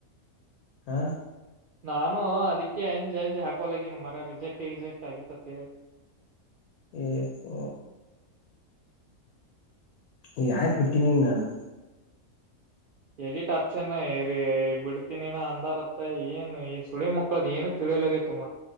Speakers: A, on the left; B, on the right.
A: ಹಾ
B: ನಾನು ಅದಿಕ್ಕೆ ಅಂಜ್ ಅಂಜ್ ಹಾಕೊಳಗಿನ ಮರ ರಿಜೆಕ್ಟ್ ಜೆಕ್ಟ್ ಆಗಿತ್ತತ್ತ
A: ಏ ಯಪ್ಪ ಈಗ ಆಯಕ್ ಬಿಟ್ಟೀನಿಗ ನಾನು
B: ಎದಿಟ್ ಅಪ್ಚನ್ ಇ ಬಿಡ್ತೀನಿನ ಅಂದಾರತ್ತ ಏನ್ ಈ ಸುಳಿ ಮಕ್ಳದ ಏನು ತಿಳಿಯಲಗೇತಿ